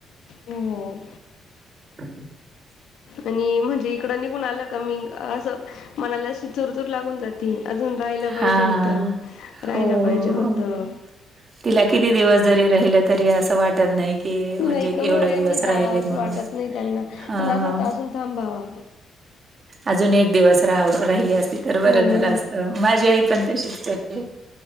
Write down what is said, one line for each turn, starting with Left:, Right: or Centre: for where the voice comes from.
Left: हो
Right: <inaudible>
Left: आणि म्हणजे इकडं निघून आलं का मी असं मनाला अशी चुरचूर लागून जा ती अजून राहायला पाहिजे
Right: हां.
Left: होतं, राहायला
Right: हो,
Left: पाहिजे होतं.
Right: हो. तिला किती दिवस जरी राहिलं तरी असं वाटत नाही. की
Left: नाही
Right: म्हणजे
Left: का हो
Right: एवढया
Left: यांनी
Right: दिवस
Left: जावा
Right: राहिलेतं
Left: असं
Right: म्हणून
Left: वाटत नाही त्यांना त्यांना
Right: हा.
Left: असं वाटतं अजून थांबावा
Right: अजून एक दिवस रा-राहिली असती तर
Left: हो
Right: बरं झालं असत
Left: हो
Right: माझी आई पण तशीच करते.